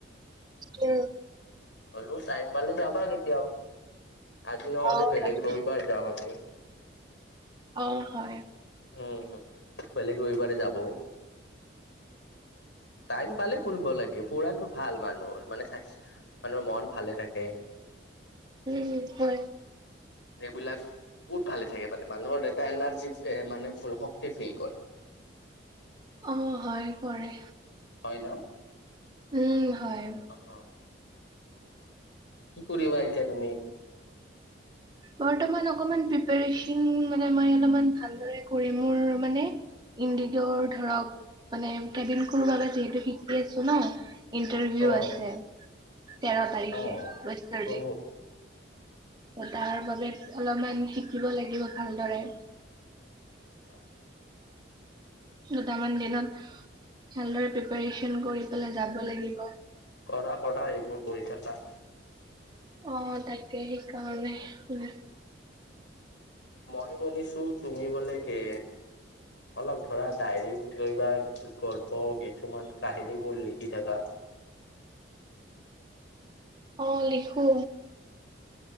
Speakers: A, on the right; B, on the left.
A: উম
B: হলেও টাইম পালে যাবা কেতিয়া আজি নহলে
A: অ
B: বেলেগ
A: তাকে
B: ৰবিবাৰ যাম আমি
A: অ হয়
B: উম বেলেগ ৰবিবাৰে যাব টাইম পালেই ফুৰিব লাগে ফুৰাটো ভাল মানুহৰ মানে স্বাস্থ্য মানুহৰ মন ভালে থাকে
A: উম হয়
B: এইবিলাক বহুত ভালে থাকে মানে মানুহৰ এটা এনাৰ্জি এ মান ফ শক্তি ফিল কৰে
A: অ হয় কৰে
B: হয় ন
A: উম হয়
B: অহ কি কৰিবা এতিয়া তুমি
A: বৰ্তমান অকমান প্ৰিপচন মানে মই অলমান ভালদৰে কৰিম মোৰ মানে ইণ্ডিগৰ ধৰক মানে কেবিন ক্ৰিও বাবে যিহেতু শিকি আছো ন ইণ্টাৰভিউ
B: অ
A: আছে তেৰ তাৰিখে
B: অ
A: য়েষ্টাৰ
B: অ
A: ডে তাৰ বাবে অলপমান শিকিব লাগিব ভালদৰে
B: আচছা
A: দুটামান দিনত ভালদৰে প্ৰিপাৰচন কৰি পেলাই যাব লাগিব
B: কৰা কৰা এইবোৰ কৰি থাকা
A: অ তাকে সেইকাৰণে ম
B: মই শুনিছো তুমি বোলে কে অলপ ধৰা ডাইৰিক লৈ যাই ক গল্প কিছুমান কাহিনী বোৰ লিখি থকা
A: অ লিখো